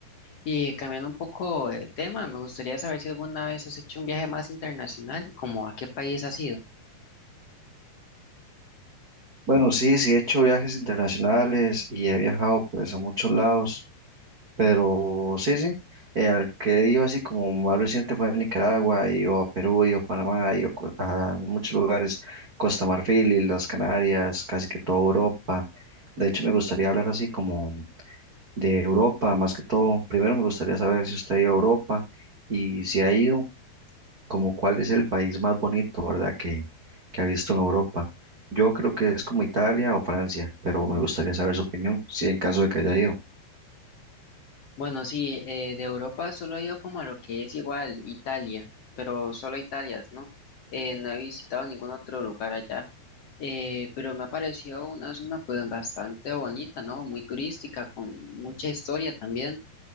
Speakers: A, on the left (about 70°); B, on the right (about 65°).
A: Y cambiando un poco el tema, me gustaría saber si alguna vez has hecho un viaje más internacional y como a qué país has ido.
B: Bueno, sí, sí he hecho viajes internacionales y he viajado pues a muchos lados, pero sí, sí, eh, al que he ido así como más reciente fue a Nicaragua, he ido a Perú, he ido a Panamá, he ido co- a muchos lugares, Costa Marfil y las Canarias, casi que toda Europa. De hecho, me gustaría hablar así como de Europa, más que todo. Primero me gustaría saber si usted ha ido a Europa y si ha ido, como cuál es el país más bonito, ¿verdad? Que, que ha visto en Europa. Yo creo que es como Italia o Francia, pero me gustaría saber su opinión, si en caso de que haya ido.
A: Bueno, sí, eh, de Europa solo he ido como a lo que es igual Italia, pero solo Italia, ¿no? Eh, no he visitado ningún otro lugar allá, eh, pero me ha parecido una zona pues bastante bonita, ¿no? Muy turística, con mucha historia también,